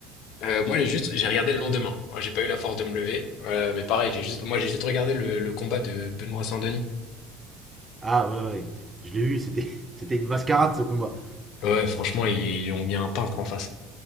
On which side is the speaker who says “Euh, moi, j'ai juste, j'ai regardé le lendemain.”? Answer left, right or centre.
Left